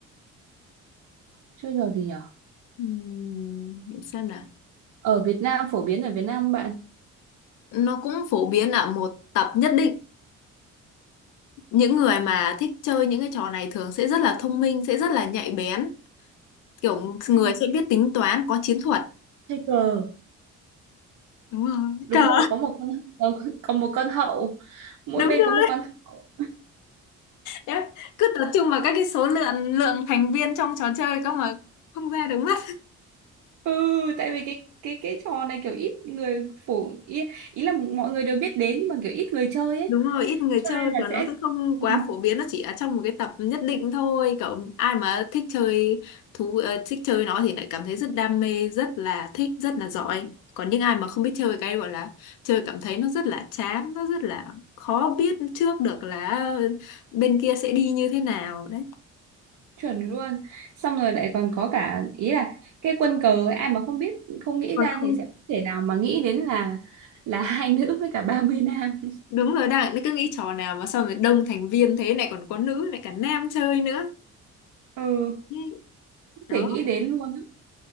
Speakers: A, on the right; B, on the left.
A: chơi trò gì nhỉ
B: Ừm, để xem nào.
A: ở Việt Nam phổ biến ở Việt Nam không bạn
B: Nó cũng phổ biến ở một tập nhất định. Những người mà thích chơi những cái trò này thường sẽ rất là thông minh, sẽ rất là nhạy bén, kiểu người
A: hay là
B: sẽ biết tính toán, có chiến thuật.
A: chơi cờ
B: Đúng rồi.
A: đúng
B: Cờ
A: rồi có một con <laughs> có, có một con hậu mỗi
B: đúng
A: bên
B: rồi
A: có một con hậu
B: Đấy, cứ tập trung vào các cái số lượng lượng thành viên trong trò chơi cơ mà không ra được mất
A: ừ tại vì cái cái cái trò này kiểu ít người phổ ý, ý là mọi người đều biết đến nhưng mà kiểu ít người chơi ấy
B: đúng rồi ít người
A: cho
B: chơi
A: nên là
B: và nó
A: sẽ
B: sẽ không
A: ừ.
B: quá phổ biến nó chỉ ở trong một cái tập nhất định thôi cậu ai mà thích chơi thú ờ, thích chơi nó thì lại cảm thấy rất đam mê rất là thích rất là giỏi còn những ai mà không biết chơi cái gọi là chơi cảm thấy nó rất là chán nó rất là khó biết trước được là bên kia sẽ đi như thế nào đấy
A: chuẩn luôn xong rồi lại còn có cả ý là cái quân cờ ấy, ai mà không biết không nghĩ
B: còn
A: ra
B: không
A: thì sẽ không thể nào mà nghĩ đến là là <laughs> hai nữ với cả ba mươi nam
B: đúng rồi đấy nó cứ nghĩ trò nào mà sao mà đông thành viên thế này còn có nữ lại cả nam chơi nữa
A: ừ
B: Ý,
A: không
B: đó
A: thể nghĩ đến luôn á